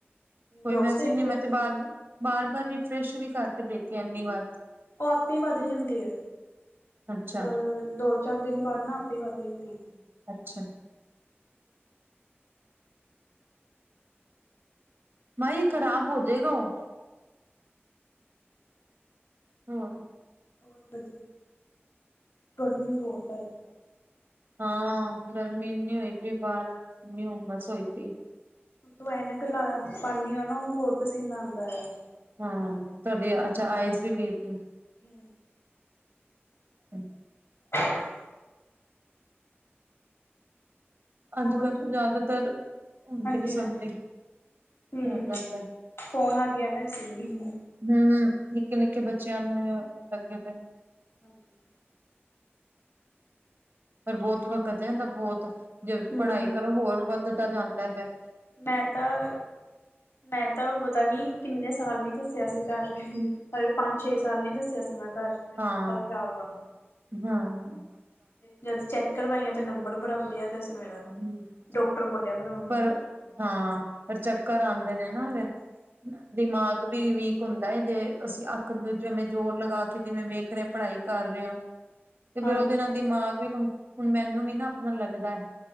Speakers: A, on the right (about 60°); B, on the left (about 80°).
A: ਕੋਈ
B: ਰੋਜ਼
A: ਮੈਸਿਜ
B: ਦੇਖਦੇ
A: ਨਈ ਮੈਂ
B: ਹੋ
A: ਤੇ
B: ਤੁਸੀਂ?
A: ਬਾਰ ਬਾਰ ਬਾਰ ਰੀਫਰੈਸ਼ ਵੀ ਕਰਕੇ ਦੇਖਿਆ ਇੰਨੀ ਵਾਰ
B: ਓ ਆਪੇ ਵੱਧ ਜਾਂਦੇ ਐ।
A: ਅੱਛਾ
B: ਅ ਦੋ ਚਾਰ ਦਿਨ ਬਾਦ ਨਾ ਆਪੇ ਈ ਵੱਧ ਜਾਂਦੀ ਐ।
A: ਅੱਛਾ ਮਾਈ ਖ਼ਰਾਬ ਹੋਜੇਗਾ ਓ। ਹੋਰ
B: ਹੋਰ ਵਧੀਆ ਗਰਮੀ ਬਹੁਤ ਆ ਅਜਕਲ
A: ਹਾਂ ਗਰਮੀ ਏਨੀ ਹੋਈ ਪਈ ਬਾਰ ਏਨੀ ਹੁਮਸ ਹੋਈ ਪਈ।
B: ਤੂੰ ਐਨਕ ਲ ਪਾਨੀ ਆ ਨਾ ਓ ਹੋਰ ਪਸੀਨਾ ਆਉਂਦਾ ਆ।
A: ਹੂ ਤੁਆਡੀ ਅੱਛਾ ਆਈਸ ਵੀ ਵੀਕ ਨੇ।
B: ਹੂੰ
A: ਹ
B: <inaudible>
A: ਅੱਜ
B: ਹੋਰ
A: ਕੱਲ੍ਹ ਜਾਦਾਤਰ ਹੁੰਦੀ
B: ਹਾਂਜੀ
A: ਸਭ
B: ਹਾਂਜੀ
A: ਦੀ।
B: ਹੂੰ
A: ਹੋ ਜਾਂਦਾ
B: ਫੋਨ ਆ ਗਿਆ ਨਾ ਇਸ ਲਈ ਹੂੰ।
A: ਹੂੰ ਨਿੱਕੇ-ਨਿੱਕੇ ਬੱਚਿਆਂ ਨੂੰ ਵੀ ਲੱਗੇ ਦੇ ਨੇ।
B: ਹਾਂਜੀ।
A: ਪਰ ਬਹੁਤ ਵਕਤ ਐ ਇਦਾ ਬਹੁਤ ਜੇ
B: ਹੂੰ
A: ਪੜ੍ਹਾਈ ਕਰੋ ਹੋਰ ਵੱਧਦਾ ਜਾਂਦਾ ਫੇਰ
B: ਮੈਂ ਤਾਂ। ਮੈਂ ਤਾਂ ਪਤਾ ਨੀ ਕਿੰਨੇ ਸਾਲ ਨੀ ਦੱਸਿਆ ਸੀ ਘਰ ਪਰ ਪੰਜ ਛੇ ਸਾਲ ਨੀ ਦੱਸਿਆ ਸੀ ਮੈ ਘਰ। ਮੇਰੀ
A: ਹਾਂ
B: ਅੱਖਾਂ ਖ਼ਰਾਬ ਆ।
A: ਹੂੰ
B: ਜਦ ਚੈੱਕ ਕਰਵਾਈਆਂ ਤੇ ਨੰਬਰ ਬੜਾ ਵਧੀਆ ਦਾ ਸੀ ਮੇਰਾ
A: ਹਮ
B: ਡਾਕਟਰ ਬੋਲਿਆ ਫ਼ੇਰ ਮੰਮੀ
A: ਪਰ
B: ਨੂੰ।
A: ਹਾਂ, ਫੇਰ ਚੱਕਰ ਆਂਦੇ ਨੇ ਨਾ ਏਦੇ ਦਿਮਾਗ ਵੀ ਵੀਕ ਹੁੰਦਾ ਐ ਜੇ ਅਸੀਂ ਅੱਖ ਤੇ ਜਿਵੇਂ ਜੋੋਰ ਲਗਾ ਕੇ ਜਿਵੇਂ ਵੇਖ ਰਏ ਪੜ੍ਹਾਈ। ਕਰ ਰੇਆ, ਤੇ
B: ਹਾਂਜੀ
A: ਫੇਰ ਓਦੇ ਨਾਲ
B: ਹਾਂਜੀ
A: ਦਿਮਾਗ ਵੀ ਹੂ ਹੁਨ ਮੈਨੂੰ ਵੀ ਨਾ ਆਪਨਾ ਲੱਗਦੈ।